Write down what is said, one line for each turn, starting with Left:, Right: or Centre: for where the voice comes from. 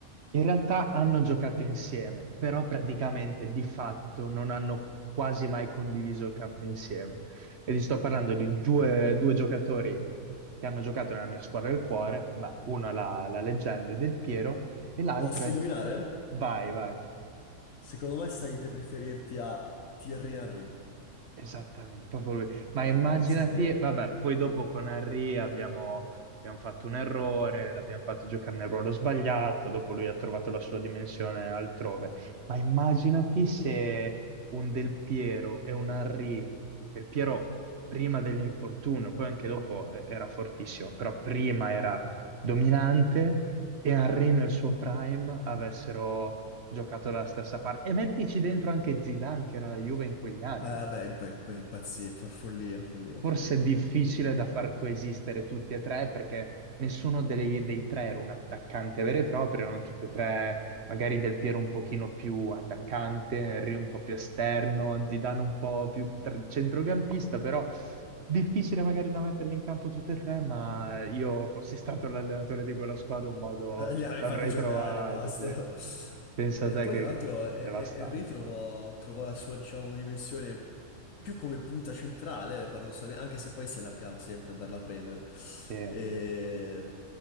Right: In realtà hanno giocato insieme, però praticamente di fatto non hanno quasi mai condiviso il campo insieme. E ti sto parlando di due, due giocatori che hanno giocato nella mia squadra del cuore, beh, uno è la, la leggenda del Piero e l'altro
Left: Posso
Right: è...
Left: indovinare?
Right: Vai, vai.
Left: Secondo me stai per riferirti a Thierry Henry.
Right: Esattamente, proprio lui. Ma
Left: Eh,
Right: immaginati,
Left: lo sapevo.
Right: vabbè, poi dopo con Henry abbiamo, abbiamo fatto un errore, l'abbiamo fatto giocare nel ruolo sbagliato, dopo lui ha trovato la sua dimensione altrove. Ma immaginati se un Del Piero e un Henry, Del Piero prima dell'infortunio, poi anche dopo eh, era fortissimo, però prima era dominante e Henry nel suo prime avessero giocato dalla stessa parte. E mettici dentro anche Zidane, che era la Juve in quegli anni.
Left: Eh, vabbè, imp- imp- impazzì, fa follia, follia,
Right: Forse
Left: follia.
Right: è difficile da far coesistere tutti e tre perché nessuno dei, dei tre era un attaccante vero e proprio, erano tutti e tre, magari Del Piero un pochino più attaccante, Henry un po' più esterno, Zidane un po' più tr- centrocampista, però difficile magari da metterli in campo tutti e tre, ma io fossi stato l'allenatore di quella squadra un modo
Left: Eh, Li avrei
Right: l'avrei
Left: fatti giocare,
Right: trovato,
Left: basta.
Right: sì.
Left: <laughs>
Right: Pensa
Left: E
Right: a te
Left: poi,
Right: che
Left: tra l'altro, E-
Right: devastante.
Left: E- Henry trovò, trovò la sua, diciamo, dimensione più come punta centrale, paradossalmente, anche se poi si allargava sempre ad andarla a prendere.
Right: Sì.
Left: E,